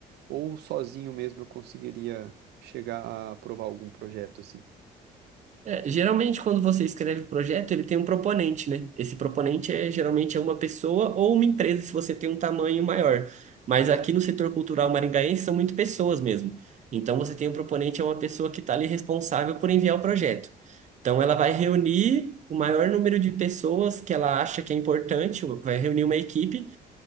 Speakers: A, on the right (about 80°); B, on the right (about 45°).
A: ou sozinho mesmo eu conseguiria chegar a aprovar algum projeto assim.
B: É, geralmente, quando você escreve o projeto, ele tem um proponente, né? Esse proponente é geralmente é uma pessoa ou uma empresa, se você tem um tamanho maior. Mas aqui no setor cultural maringaense são muito pessoas mesmo. Então, você tem um proponente, é uma pessoa que está ali responsável por enviar o projeto. Então, ela vai reunir o maior número de pessoas que ela acha que é importante, vai reunir uma equipe